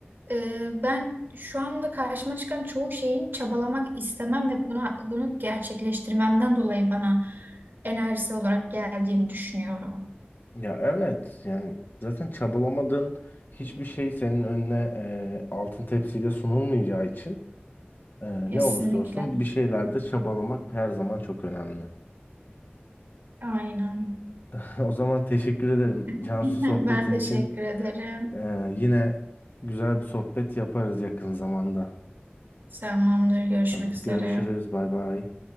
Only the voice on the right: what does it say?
e, ben şu anda karşıma çıkan çoğu şeyin çabalamak istemem ve buna, bunu gerçekleştirmemden dolayı bana enerjisi olarak geldiğini düşünüyorum.
Kesinlikle.
Aynen.
<laughs>
Ben teşekkür
ederim.
Tamamdır. Görüşmek
üzere.